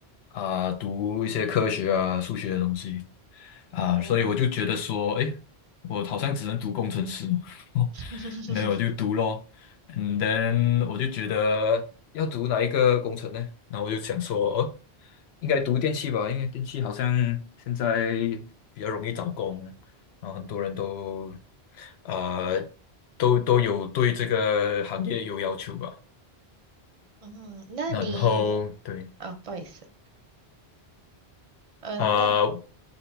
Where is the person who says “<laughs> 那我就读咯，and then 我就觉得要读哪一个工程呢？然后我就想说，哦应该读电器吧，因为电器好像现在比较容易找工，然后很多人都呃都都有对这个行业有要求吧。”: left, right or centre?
Left